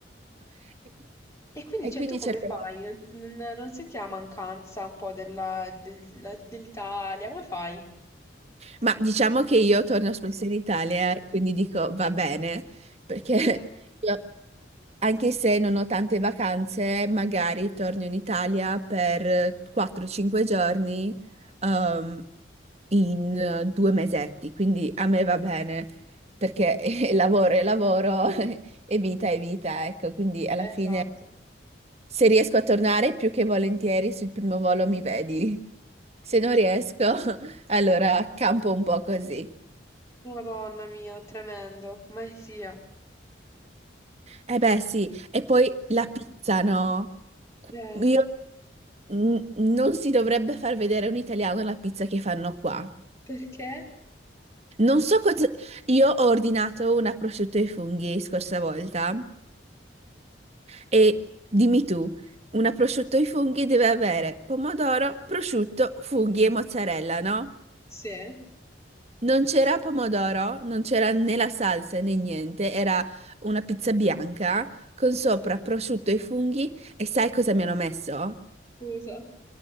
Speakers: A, on the right; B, on the left.
A: <laughs>
B: E quindi,
A: E
B: cioè,
A: quindi
B: tu come
A: cercherò.
B: fai? Non, non- non senti la mancanza un po' della- del- la- dell'Italia? Come fai?
A: Ma diciamo che io torno spesso in Italia eh, e quindi dico va bene, perché <laughs>
B: Eh,
A: io, anche se non ho tante vacanze, magari torno in Italia per 4-5 giorni ehm, in eh, due mesetti, quindi a me va bene, perché <laughs> lavoro e lavoro <laughs> e vita è vita, ecco, quindi alla
B: esatto.
A: fine se riesco a tornare più che volentieri sul primo volo mi vedi. Se non riesco, <laughs> allora campo un po' così.
B: Madonna mia, tremendo, mai sia.
A: Eh beh, sì, e poi la pizza, no?
B: Eh,
A: Io, n- non si dovrebbe far vedere un italiano la pizza che fanno qua.
B: perché?
A: Non so cosa... Io ho ordinato una prosciutto ai funghi scorsa volta e dimmi tu, una prosciutto ai funghi deve avere pomodoro, prosciutto, funghi e mozzarella, no?
B: Sì,
A: Non c'era pomodoro, non c'era né la salsa né niente, era una pizza bianca con sopra prosciutto e funghi e sai cosa mi hanno messo?
B: scusa.